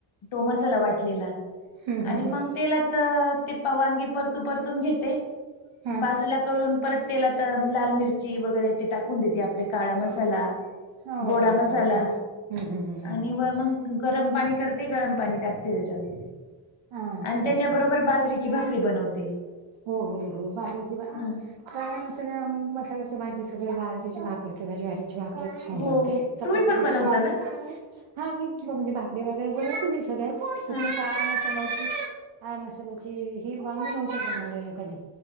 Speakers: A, on the left (about 80°); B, on the right (about 70°).
A: तो मसाला वाटलेला.
B: हं हं
A: आणि
B: हं
A: मग तेला त ते वांगी परतू परतून घेते
B: हा
A: बाजूला करून परत तेलात लाल मिरची वगैरे ते टाकून देते, आपले काळा मसाला
B: हो
A: गोडा
B: अच्छा अच्छा
A: मसाला
B: अच्छा हम्म हम्म हम्म हम्म
A: आणि व मग गरम पाणी करते, गरम पाणी टाकते त्याच्यात.
B: हा, अच्छा
A: आणि त्याच्याबरोबर
B: अच्छा
A: बाजरीची भाकरी बनवते.
B: हो हो हो बाजरीची
A: ह
B: काळ्या मसाल्या मसाल्याची भाजी सोबत बाजरीची भाकर किंवा ज्वारी ची भाकरच छान
A: हो
B: लागते, चपाती
A: तुम्ही पण
B: पेक्षा
A: बनवता ना
B: हा मी म्हणजे भाकरी वगैरे बनवते तुम्ही सगळ्याच, फक्त
A: हा
B: चाळण <unintelligible> <unintelligible> मसाची हि मसाल्याची ही वांगी नव्हते बनलेल कधी.